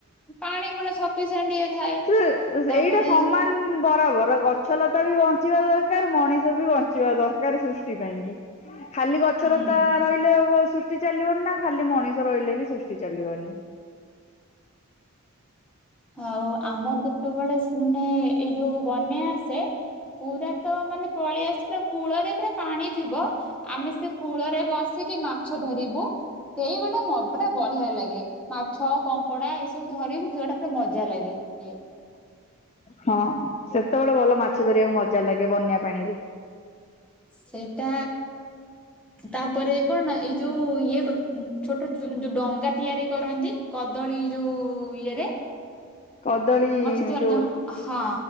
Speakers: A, in the centre; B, on the left (about 30°).
A: ପାଣି ଭଳିଆ ସଫିସିଏଣ୍ଟ ଇଏ ଥାଏ
B: ସେ
A: ତାପରେ
B: ଏଇଟା ସମାନ ବରାବର ଗଛଲତା ବି ବଞ୍ଚିବା ଦରକାର ମଣିଷ ବି ବଞ୍ଚିବା ଦରକାର ସୃଷ୍ଟି ପାଇଁ କିି। ଖାଲି ଗଛ
A: ହୁଁ।
B: ଲତା ରହିଲେ ହବ ସୃଷ୍ଟି ଚାଲିବନି ନା ଖାଲି ମଣିଷ ରହିଲେ ବି ସୃ ଷ୍ଟି ଚାଲିବନି।
A: ହଉ ଆମର ଯେତେବେଳେ ଶ୍ ମାନେ ଏଇ ଯୋଉ ବନ୍ୟା ଆସେ ପୁରା ତ ମାନେ ପଳେଇ ଆସେ ପୁରା କୂଳରେ ପୁରା ପାଣି ଥିବ ଆମେ ସେ କୂଳରେ ବସିକି ମାଛ ଧରିବୁ ସେଇ ଗୋଟେ <unintelligible> ବଢିଆ ଲାଗେ। ମାଛ, କଙ୍କଡା ଏ ସବୁ ଧରିବୁ ସେଗୁଡା ପୁରା ମଜା ଲାଗେ ଇଏ
B: ହଁ। ସେତେବେଳେ ଭଲ ମାଛ ଧରିବାକୁ ମଜା ଲାଗେ ବନ୍ୟା ପାଣି ରେ।
A: ସେଇଟା ତାପରେ କଣ ଏଇ ଯୋଉ ଇଏ କଣ ଉଁ ଛୋଟ ଯୋଉ ଡଙ୍ଗା ତିଆରି କରନ୍ତି କଦଳୀ ଯୋଉ ଇଏ ରେ
B: କଦଳୀ
A: ଗଛ ଚଢ଼ୁଚ
B: ଯୋଉ
A: ହଁ।